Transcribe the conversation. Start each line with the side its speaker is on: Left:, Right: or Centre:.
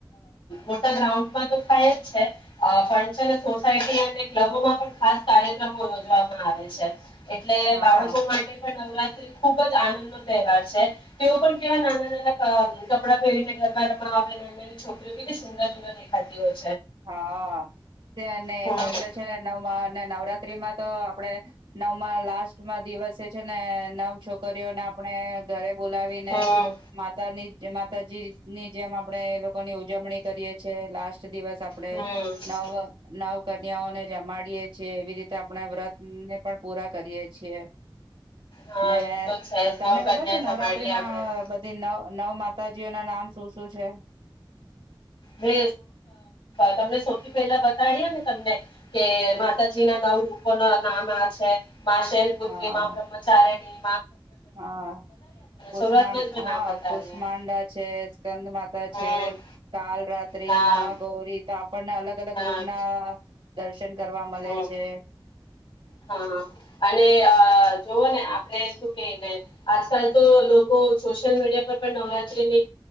Left: મોટા ગ્રાઉન્ડમાં તો થાય જ છે, ફ છે સોસાયટી અને ક્લબોમાં પણ ખાસ કાર્યક્રમો યોજવામાં આવે છે. એટલે
Right: હા
Left: બાળકો માટે પણ નવત્રી ખુબ જ આનંદ તહેવાર છે, તેઓ પણ કેવા નાના નાના કપડા પહેરીને ગરબામાં આવે નાની નાની છોકરીઓ કેલી સુંદર સુંદર દેખાતી હોય છે.
Right: હા એમાં
Left: હમ
Right: આપડે છે, નવ અને નવરાત્રીમાં તો આપડે નવમાં લાસ્ટમાં દિવસે છે, ને નવ છોકરીઓને આપણે ઘરે બોલાવીને
Left: હમ
Right: માતાની માતાજી ની જેમ આપડે એ લોકો ની ઉજવણી કરીએ છએ, લાસ્ટ દિવસ આપણે
Left: હમ
Right: નવ નવ કન્યાઓને જમાડ કરીએ છએ એવી રીતે આપણા વ્રત ને પણ પૂરા કરીએ છીએ.
Left: હા
Right: ને
Left: એ તો છે જ નવ
Right: તમને ખબર
Left: કન્યા
Right: છે,
Left: જમાડીએ
Right: નવરાત્રીમાં
Left: આપડે.
Right: બધી નવ નવ માતા માતાજીઓ ના નામ શું શું છે.
Left: મે તમને સૌથી પહેલા બતાડીએ, ને તમને કે માતાજી ના નવ રૂપો ના નામ આ છે. મા શૈલપુત્રી
Right: હા
Left: મામાં બ્રહ્મચાર્યણી
Right: હા કષ
Left: શરૂઆતમાં જ મેં
Right: હા
Left: નામ બતાડ્યા.
Right: કષમાંડા છે, સ્કંદ માતા
Left: હમ
Right: છે. કાલ રાત્રિ
Left: હા
Right: મહાગૌરી તો આપણને અલગ અલગ
Left: હા
Right: રૂપના દશન કરવા મળે
Left: હમ
Right: છે.
Left: હા અને જોવો ને, આપણે શું કને આજકાલ તો લોકો સોશિયલ મીડિયા પર પણ નવરાત્રીની